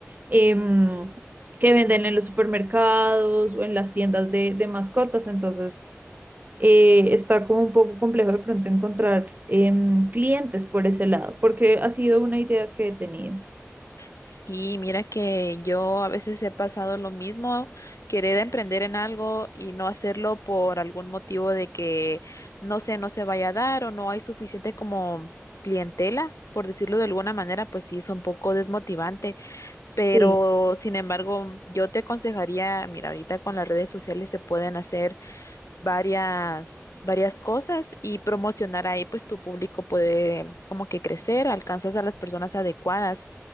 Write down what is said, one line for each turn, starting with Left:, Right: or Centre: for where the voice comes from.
Right: em, que venden en los supermercados o en las tiendas de, de mascotas. Entonces eh, está como un poco complejo de pronto encontrar em, clientes por ese lado, porque ha sido una idea que he tenido.
Left: Sí, mira que yo a veces he pasado lo mismo, querer emprender en algo y no hacerlo por algún motivo de que no sé, no se vaya a dar o no hay suficiente como clientela, por decirlo de alguna manera, pues sí es un poco desmotivante, pero
Right: Sí.
Left: sin embargo, yo te aconsejaría, mira, ahorita con las redes sociales se pueden hacer varias varias cosas y promocionar ahí, pues tu público puede como que crecer, alcanzas a las personas adecuadas.